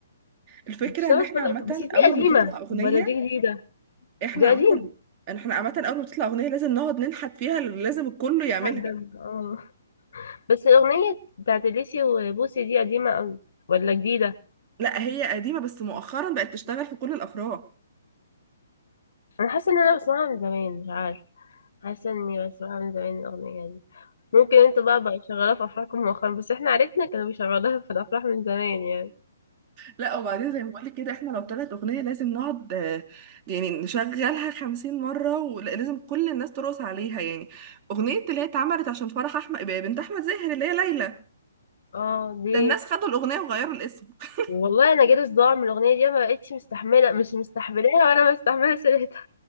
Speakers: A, on the right; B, on the left.
A: الفكره
B: بتشتغل
A: ان احنا
B: في كل
A: عامه
B: بس دي
A: اول
B: قديمة
A: ما تطلع اغنيه
B: ولا دي جديدة
A: احنا
B: دي
A: عامه
B: قديمة
A: احنا عامه اول ما تطلع اغنيه لازم نقعد ننحت فيها لازم الكل يعملها
B: لحد ما- اه بس الاغنيه بتاعت اليسي وبوسي دي قديمه قوي ولا جديده
A: لا هي قديمه بس مؤخرا بقت تشتغل في كل الافراح
B: انا حاسه ان انا بسمعها من زمان مش عارفه حاسه اني بسمعها من زمان الاغنيه دي ممكن انتوا بقى بقى شغاله في افراحكم مؤخرا بس احنا عرفنا كانوا بيشغلوها في الافراح من زمان يعني
A: لا وبعدين زي ما بقولك كده احنا لو طلعت اغنية لازم نقعد آه، يعني نشغلها خمسين مرة ولازم كل الناس ترقص عليها يعني اغنية اللي هي اتعملت عشان فرح احمد بنت احمد زاهر اللي هي ليلى
B: اه دي
A: ده الناس خدوا الاغنية وغيروا الاسم <laughs>
B: والله انا جالي صداع من الاغنيه دي ما بقتش مستحمله مش مستحملاها ولا مستحمله سيرتها